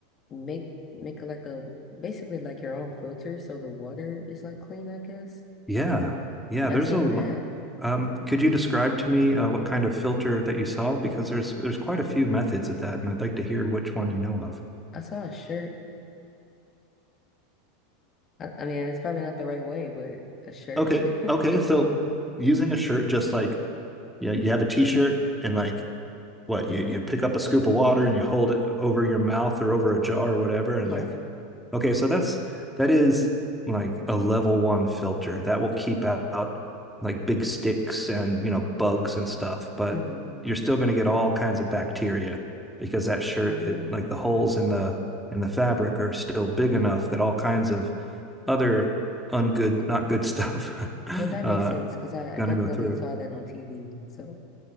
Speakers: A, on the left; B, in the centre.
A: make make like a basically like your own filter so the water is like clean, I guess.
B: Yeah. Yeah.
A: I've
B: There's
A: seen
B: a lot.
A: that.
B: Um, could you describe to me uh, what kind of filter that you saw? Because there's there's quite a few methods of that, and I'd like to hear which one you know of.
A: I saw a shirt. I, I mean it's probably not the right way, but a shirt.
B: Okay.
A: <laughs>
B: Okay. So using a shirt, just like yeah, you have a t-shirt and like what
A: Mm-hmm.
B: you, you pick up a scoop of water and you hold it over your mouth or over a jar or whatever. And
A: Yep.
B: like, okay, so that's that is like a level one filter that will keep out like big sticks and you know bugs and stuff, but
A: Mm-hmm.
B: you're still going to get all kinds of bacteria because that shirt
A: Oh.
B: it like the holes in the in the fabric are still big enough that all kinds of other ungood, not good stuff <laughs> uh,
A: Well that makes sense because I,
B: going
A: I definitely
B: to go through.
A: saw that on TV. So